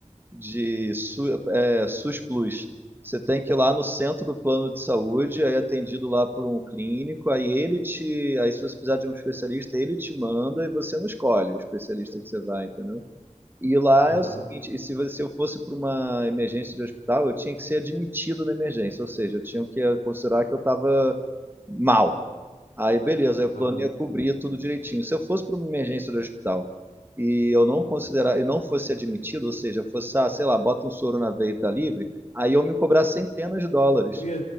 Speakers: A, on the right; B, on the left.
A: de Su- é, SUS Plus. Você tem que ir lá no centro do plano de saúde, aí é atendido lá por um clínico, aí ele te, aí se você precisar de um especialista, ele te manda e você não escolhe o especialista que você vai, entendeu? E lá
B: Aham,
A: é o seguinte, e se você- se eu fosse para uma emergência de hospital, eu tinha que ser admitido na emergência, ou seja, eu tinha que considerar que eu estava mal. Aí, beleza, aí o
B: ah.
A: plano ia cobrir tudo direitinho. Se eu fosse para uma emergência do hospital e eu não considerar e não fosse admitido, ou seja, fosse, ah, sei lá, bota um soro na veia e tá livre, aí eu me cobrar centenas de dólares.
B: Tu ia,